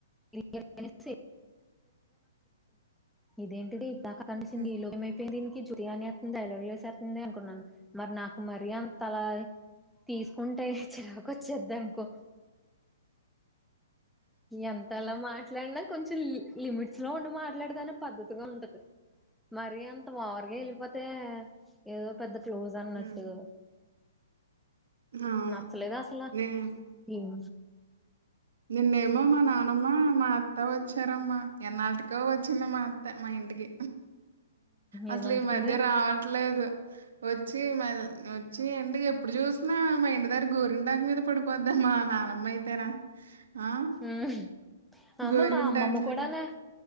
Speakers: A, in the centre; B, on the right.
A: <unintelligible> ఇదేంటటి ఇది కండిషన్
B: హ్మ్
A: ఈ లోమ అయింది దీనికి జు అని అంది డైలాగు వేస్తుంది అనుకున్నాను మరి నాకు మరి అంత అలా తీసుకుంటే చిరాకు వచ్చేదీ అనుకో ఎంత అలా మాట్లాడినా కొంచెం లిమిట్స్ లో ఉండి మాట్లాడేదా అనే పద్ధతిగా ఉంటది మరి అంత వర్గా వెళ్ళిపోతే ఏదో పెద్ద క్లోజ్ అన్నట్టు
B: హ్మ్ అవును
A: నచ్చలేదా అసలా
B: నేను
A: ఏం
B: నిన్నేమో మా నానమ్మ మా అత్త వచ్చారమ్మా ఎన్నాటికో వచ్చింది మా అత్త మా ఇంటికి అసలు
A: ఏమంటుంది
B: ఈ మధ్య రావట్లేదు వచ్చి మ వచ్చి అంటి ఎప్పుడు చూసినా మా ఇంటి దగ్గర గోరింటక మీద పొడిపోదే మా నానమ్మ అయితేనా ఆ
A: హ్మ్ అమ
B: గోరింటాకులు
A: మా అమ్మమ్మ కూడాన